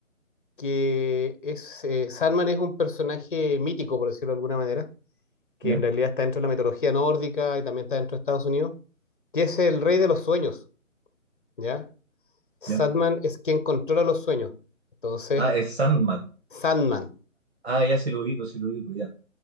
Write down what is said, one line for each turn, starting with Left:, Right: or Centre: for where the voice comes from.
Left: que es, eh, Sandman es un personaje mítico, por decirlo de alguna manera, que
Right: ¿Ya?
Left: en realidad está dentro de la mitología nórdica y también está dentro de Estados Unidos, que es el rey de los sueños, ¿ya? Sandman
Right: ¿Ya?
Left: es quien controla los sueños, entonces,
Right: Ah, es Sandman.
Left: Sandman.
Right: Ah, ya sí lo ubico, sí lo ubico, ya.